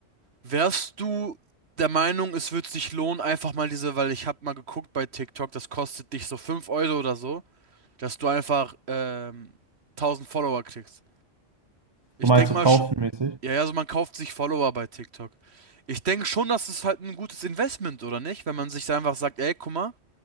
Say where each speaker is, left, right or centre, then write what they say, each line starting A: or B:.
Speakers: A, on the right; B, on the right.
A: Wärst du der Meinung, es wird sich lohnen, einfach mal diese, weil ich hab mal geguckt bei TikTok, das kostet dich so 5 Euro oder so. dass du einfach ähm, 1000 Follower kriegst. Ich
B: Du meinst
A: denke
B: so
A: mal,
B: kaufenmäßig?
A: sch- ja, ja, also man kauft sich Follower bei TikTok. Ich denke schon, das ist halt ein gutes Investment, oder nicht? Wenn man sich da einfach sagt, ey, guck mal,